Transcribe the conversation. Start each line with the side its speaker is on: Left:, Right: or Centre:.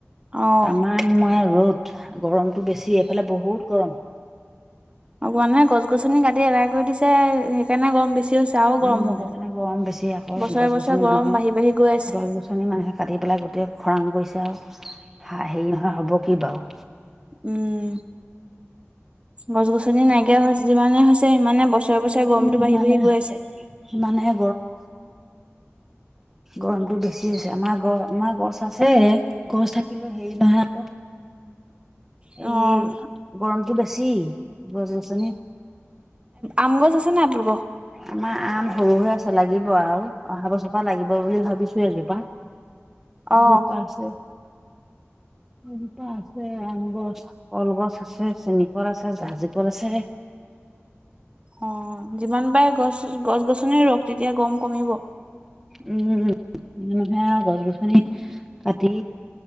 Right: অ',
Centre: তামান মই ৰ'দ। গৰমতটো বেছি এইফালে বহুত গৰম।
Right: অকমানে গছ গছনি কাটি এৰা কৰি দিছে সেইকাৰণে গৰম বেছি। হৈছে আৰু গৰম
Centre: উম
Right: হ'ব।
Centre: এইপিনে গৰম বেছি আকৌ
Right: বছৰে
Centre: গছ
Right: বছৰে
Centre: গছনি
Right: গৰম
Centre: মানুহে।
Right: বাঢ়ি বাঢ়ি গৈ আছে।
Centre: গছ গছনি মানুহে কাটি পেলাই গোটেই খৰাং কৰিছে আৰু। হ হেৰি নহয় হ'ব কি বাৰু
Right: উম, গছ গছনি নাইকিয়া যিমানে হৈছে। সিমানে বছ বছৰে বছৰে গৰমটো
Centre: তেনে
Right: বাঢ়ি
Centre: মানে
Right: বাঢ়ি গৈ আছে।
Centre: সিমানেহে গৰমতটো বেছি হৈছে। আমাৰ গছ আমাৰ গছ আছে, গছ থাকিলো হেৰি নহয় আকৌ।
Right: অ',
Centre: এই
Right: অ',
Centre: গৰমটো বেছি। খুছি গছ গছনি
Right: আম গছ আছে নাই আপোনালোকৰ?
Centre: আমাৰ আম। সৰু হৈ আছে লাগিব আও অহা বছৰ পৰা লাগিব বুলি ভাবিছোই এজোপা
Right: অঁ
Centre: আজি পাছে <unintelligible> আম গছ কলগছ আছে চেনিকল আছে জাহাজি কল আছে
Right: অ যিমান পাৰে গছ গছ গছনি ৰোৱক তেতিয়া গম কমিব
Centre: উম মানুহে আও গছ গছনি কাটি